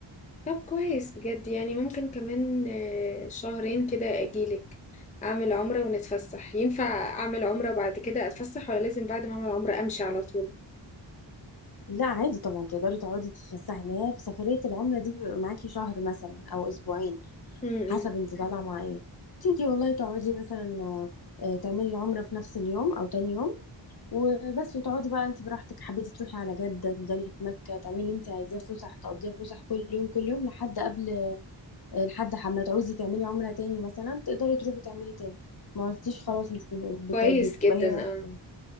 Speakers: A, on the left; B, on the left.
A: طب كويس بجد يعني ممكن كمان آه، شهرين كده اجيلك اعمل عمرة ونتفسح ينفع اعمل عمرة بعد كده اتفسح ولا لازم بعد ما اعمل عمرة امشي على طول
B: لا عادي طبعا تقدري تقعدي تتفسحي ما هي في سفرية العمرة دي بيبقى معاكي شهر مثلا أو أسبوعين
A: امم
B: حسب انت طالعة مع ايه تيجي والله تقعدي مثلا آه، آه، تعملي العمرة في نفس اليوم أو تاني يوم وبس وتقعدي بقى انت براحتك حبيتي تروحي على جدة تفضلي في مكة تعملي اللي انت عايزاه فسح تقضيها فسح كل يوم كل يوم لحد قبل لحد ما تعوزي تعملي عمرة تاني مثلا تقدري تروحي تعملي تاني ما عرفتيش خلاص مش بت-
A: كويس
B: بتبقى
A: جدا
B: هي واحدة
A: اه